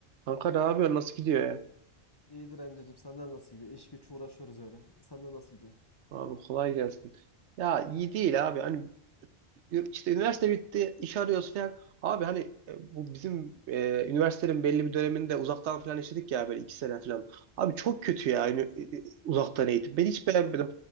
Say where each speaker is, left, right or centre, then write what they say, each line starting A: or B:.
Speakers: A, on the right (about 85°); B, on the left (about 25°).
A: Kanka ne yapıyorsun? Nasıl gidiyor ya?
B: İyidir Emre'cim senden nasıl gidiyor? İş güç uğraşıyoruz öyle. Senden nasıl gidiyor?
A: Abi kolay gelsin. Ya iyi değil abi. Hani işte üniversite bitti, iş arıyoruz falan. Abi hani e, bu bizim e, üniversitenin belli bir döneminde uzaktan falan işledik ya böyle iki sene falan. Abi çok kötü ya yani, uzaktan eğitim. Ben hiç beğenmedim.